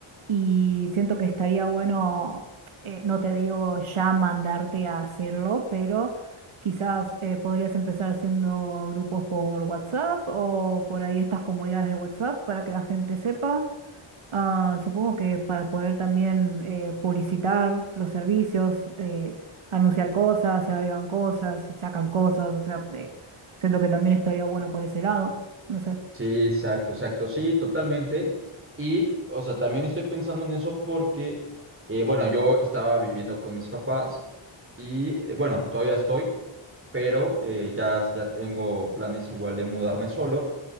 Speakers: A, on the right (about 75°); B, on the right (about 25°).
A: y siento que estaría bueno, eh, no te digo ya mandarte a hacerlo, pero quizás eh, podrías empezar haciendo grupos por WhatsApp o por ahí estas comunidades de WhatsApp para que la gente sepa. Ah, supongo que para poder también eh, publicitar los servicios, eh, anunciar cosas, se agregan cosas, se sacan cosas, o sea, eh, siento que también estaría bueno por ese lado, no sé.
B: Sí, exacto, exacto, sí, totalmente. Y, o sea, también estoy pensando en eso porque, eh, bueno, yo estaba viviendo con mis papás y, eh, bueno, todavía estoy, pero eh, ya, ya tengo planes igual de mudarme solo